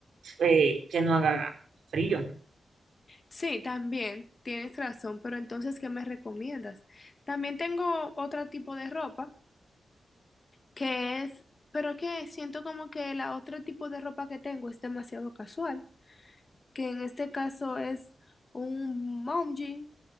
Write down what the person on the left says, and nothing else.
Sí, también tienes razón, pero entonces, ¿qué me recomiendas? También tengo otro tipo de ropa que es, pero que siento como que la otro tipo de ropa que tengo es demasiado casual, que en este caso es un mom jean